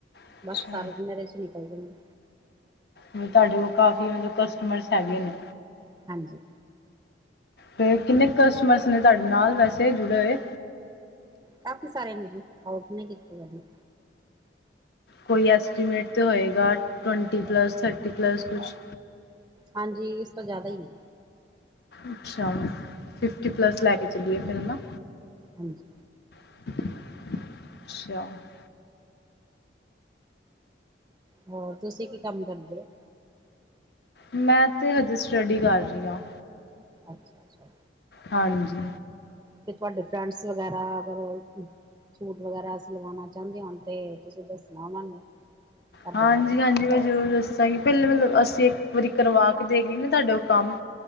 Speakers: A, on the left; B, on the right.
A: ਅੱਛਾ
B: ਬਸ ਸਾਰਾ ਦਿਨ ਇਹਦੇ ਚ ਨਿਕਲ ਜਾਂਦਾ।
A: ਮਤਲਬ ਤੁਹਾਡੇ ਕੋਲ ਕਾਫੀ ਮਤਲਬ ਕਸਟਮਰਸ ਹੈਗੇ ਨੇ।
B: ਹਾਂਜੀ।
A: ਤੇ ਕਿੰਨੇ ਕਸਟਮਰਸ ਨੇ ਤੁਹਾਡੇ ਨਾਲ ਵੈਸੇ ਜੁੜੇ ਹੋਏ?
B: ਕਾਫੀ ਸਾਰੇ ਨੇ ਜੀ ਕੋਟ ਨੀ ਕੀਤੇ ਕਦੀ।
A: ਕੋਈ ਐਸਟੀਮੇਟ ਤਾਂ ਹੋਏਗਾ ਟਵੰਟੀ ਪਲੱਸ, ਥਰਟੀ ਪਲੱਸ ਕੁਛ।
B: ਹਾਂਜੀ, ਇਸ ਤੋਂ ਜਾਦਾ ਹੀ ਨੇ।
A: ਅੱਛਾ ਫਿਫਟੀ ਪਲੱਸ ਲੈ ਕੇ ਚਲੀਏ ਫੇਰ ਹਨਾ।
B: ਹਾਂਜੀ।
A: ਅੱਛਾ।
B: ਹੋਰ ਤੁਸੀਂ ਕੀ ਕੰਮ ਕਰਦੇ ਹੋ?
A: ਮੈਂ ਤੇ ਹਜੇ ਸਟੱਡੀ ਕਰ ਰਹੀ ਹਾ।
B: ਅੱਛਾ-ਅੱਛਾ।
A: ਹਾਂਜੀ।
B: ਤੇ ਤੁਹਾਡੇ ਫਰੈਂਡਸ ਵਗੈਰਾ ਅਗਰ ਸੂਟ ਵਗੈਰਾ ਸਿਲਵਾਨਾ ਚਾਹੁੰਦੇ ਹੋਣ ਤੇ ਤੁਸੀਂ ਦੱਸਣਾ ਉਹਨਾਂ ਨੂੰ। ਸਾਡੇ
A: ਹਾਂਜੀ
B: ਬਾਰੇ ਹੂੰ
A: ਹਾਂਜੀ ਮੈਂ ਜ਼ਰੂਰ ਦੱਸਾਂਗੀ, ਪਹਿਲੇ ਮਤਲਬ ਅਸੀਂ ਇੱਕ ਵਾਰੀ ਕਰਵਾ ਕੇ ਦੇਖ ਲਈ ਨਾ ਤੁਹਾਡੇ ਉਹ ਕੰਮ